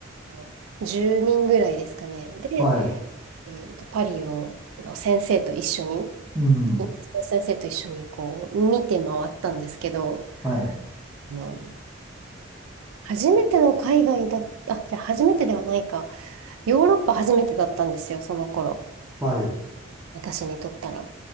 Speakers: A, on the right; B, in the centre.
A: あの、10人ぐらいですかね。で、
B: はい、
A: えーと、パリを、あの、先生と一緒に、
B: うん、は
A: インドの先生と一緒に、こう、見て回ったんですけど、
B: い、
A: まあ初めての海外だ、あ、じゃあ初めてではないか。ヨーロッパ初めてだったんですよ、その頃。
B: はい、
A: 私にとったら。